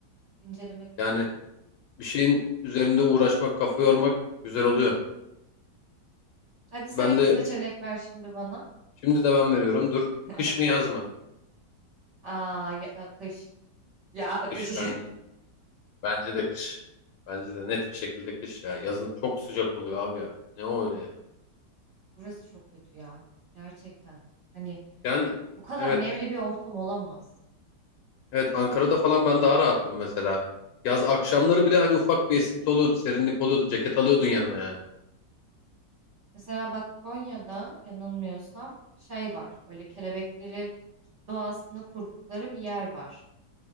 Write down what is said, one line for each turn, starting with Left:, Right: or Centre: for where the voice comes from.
Right: Incelemek
Left: Yani
Right: lazım ya.
Left: bir şeyin üzerinde uğraşmak, kafa yormak güzel oluyor.
Right: Hadi sen
Left: Ben
Right: iki
Left: de
Right: seçenek ver şimdi bana.
Left: şimdi de ben veriyorum. Dur.
Right: <laughs>
Left: Kış mı yaz mı?
Right: Aa ya, akış. Ya akış.
Left: Kış bence. Bence de kış. Bence de net bir şekilde kış ya. Yazın çok sıcak oluyor abi ya. Ne o öyle ya.
Right: <laughs> Burası çok kötü ya. Gerçekten. Hani
Left: Yani
Right: bu kadar
Left: evet.
Right: nemli bir ortam olamaz.
Left: Evet Ankara'da falan ben daha rahattım mesela. Yaz akşamları bile hani ufak bir esinti oluyordu, serinlik oluyordu. Ceket alıyordun yanına yani.
Right: Mesela bak Konya'da yanılmıyorsam şey var. Öyle kelebekleri doğasını kurdukları bir yer var.